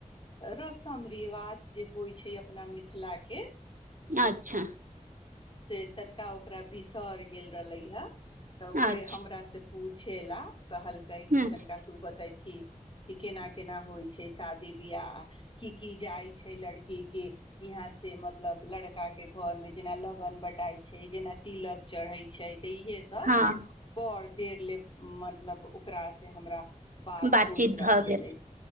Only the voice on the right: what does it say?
अच्छा
अच्छा
अच्छा
हँ
बातचीत
भऽ
गेल